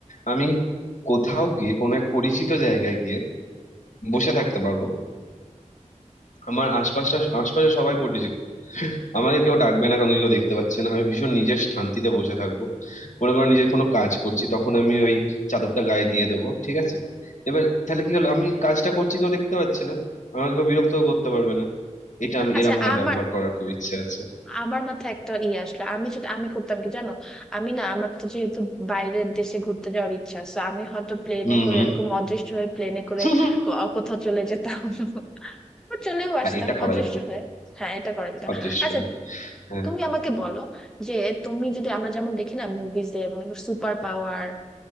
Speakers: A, on the left; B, in the centre.
A: আমি কোথাও গিয়ে কোনো এক পরিচিত জায়গায় গিয়ে বসে থাকতে পারবো আমার আশপাশটা আশপাশে সবাই পরিচিত আমাকে কেউ ডাকবে না কাউকে কেউ দেখতে পাচ্ছে না আমি ভীষণ নিজের শান্তিতে বসে থাকবো মনে করো নিজের কোনো কাজ করছি তখন আমি ওই চাদরটা গায়ে দিয়ে দেবো ঠিক আছে এবার তাহলে কি হলো আমি কাজটা করছি কেউ দেখতে পাচ্ছে না আমাকে কেউ বিরক্তও করতে পারবে না এটা আমি
B: আচ্ছা
A: এরম ভাবে
B: আমার
A: ব্যবহার করার খুব ইচ্ছে আছে
B: আমার মাথায় একটা ই আসলো আমি সেটা আমি করতাম কি জানো আমি না আমার তো যেহেতু বাইরের দেশে ঘুরতে যাওয়ার ইচ্ছা আছে আমি হয়তো প্লেনে
A: হুম
B: করে
A: হুম
B: এরকম অদৃশ্য হয়ে প্লেনে
A: <laughs>
B: করে ক- কোথাও চলে যেতাম <laughs> বা চলেও
A: হ্যাঁ
B: আসতাম
A: এটা করা
B: অদৃশ্য
A: যেত
B: হয়ে হ্যাঁ এটা করা যেত
A: অদৃশ্য
B: আচ্ছা
A: হয়ে। হ্যাঁ
B: তুমি আমাকে বলো যে তুমি যদি আমরা যেমন দেখি না মুভিজে মনে করো সুপার পাওয়ার